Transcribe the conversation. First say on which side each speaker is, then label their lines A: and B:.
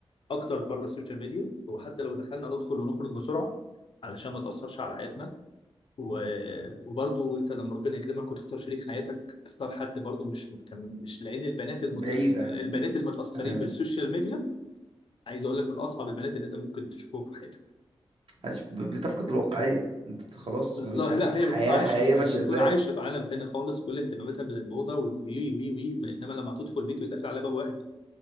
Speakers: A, on the left; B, on the right.
A: أكتر بره السوشيال ميديا وحتى لو دخلنا ندخل ونخرج بسرعة علشان ما تأثرش على حياتنا و... وبرضو أنت لما ربنا يكرمك وتختار شريك حياتك اختار حد برضو مش مهتم مش لأن البنات
B: بعيد
A: المتأس...
B: عن
A: البنات المتأثرين
B: آه،
A: بالسوشيال ميديا عايز أقول لك من أصعب البنات اللي أنت ممكن تشوفهم في حياتك
B: عش- ب- بتفقد الواقعية انت خلاص
A: بالظبط
B: ما بقتش عارف
A: لا
B: الحياة
A: هي بتكون عايشة
B: الحقيقية
A: بتكون
B: ماشية ازاي
A: عايشة في عالم تاني خالص كل اهتماماتها بالموضة والوي وي وي إنما لما تدخل بيت ويتقفل عليها باب واحد